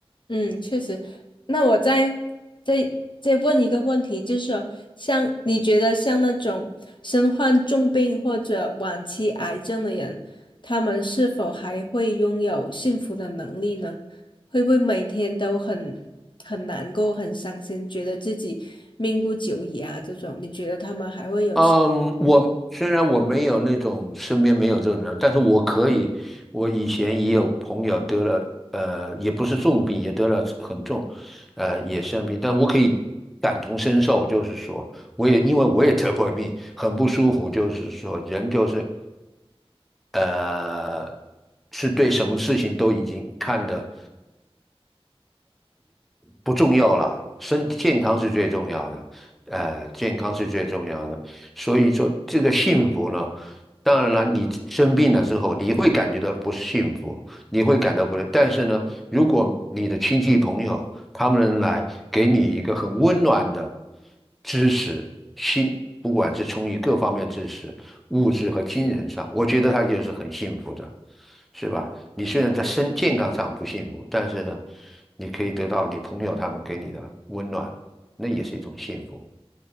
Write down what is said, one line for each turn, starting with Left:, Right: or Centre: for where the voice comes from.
Left: 嗯，确实。那我再再再问一个问题，就是像你觉得像那种身患重病或者晚期癌症的人，他们是否还会拥有幸福的能力呢？会不会每天都很很难过、很伤心，觉得自己命不久矣啊？这种，你觉得他们还会有？
Centre: 嗯，我虽然我没有那种身边没有这种人，但是我可以，我以前也有朋友得了，呃，也不是重病，也得了很重，呃，也生病，但我可以感同身受，就是说，我也因为我也得过病，很不舒服，就是说，人就是，呃，是对什么事情都已经看得不重要啦，身健康是最重要的，呃，健康是最重要的。所以说，这个幸福呢，当然了，你生病了之后，你会感觉到不幸福，你会感到不是。但是呢，如果你的亲戚朋友他们来给你一个很温暖的支持，心，不管是从于各方面支持，物质和精神上，我觉得他就是很幸福的，是吧？你虽然在身健康上不幸福，但是呢，你可以得到你朋友他们给你的温暖，那也是一种幸福。